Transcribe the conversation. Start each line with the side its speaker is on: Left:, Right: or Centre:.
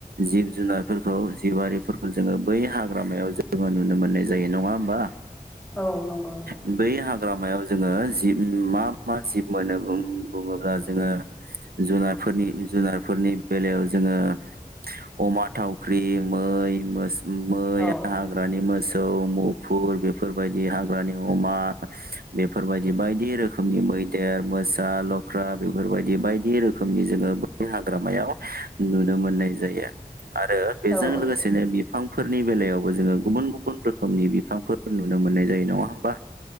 Right: जिब जुनारफोरखौ जिबिफोरखौ जोङो बै हाग्रामायाव जोङो नुनो मोननाय जायो नङा होमबा
Centre: औ नंगौ नोंथां।
Right: बै हाग्रामायाव जोङो जिब मा मा जिब मोनो बुङोब्ला जोङो जुनारफोरनि जुनारफोरनि बेलायाव जोङो अमा थावख्रि मै मोसौ मै
Centre: औ
Right: हाग्रानि मोसा औ मुफुर बेफोरबायदि हाग्रा बेफोरबायदि बायदि रोखोमनि मैदेर मोसा लख्रा बेफोरबायदि बायदि रोखोमनि जोङो बै हाग्रामायाव नुनो मोननाय जायो। आरो बेजों
Centre: औ
Right: लोगोसेनो बिफां फोरनि बेलायावबो जोङो गुबुन गुबुन रोखोमनि बिफांफोर नुनो मोननाय जायो नङा होमबा।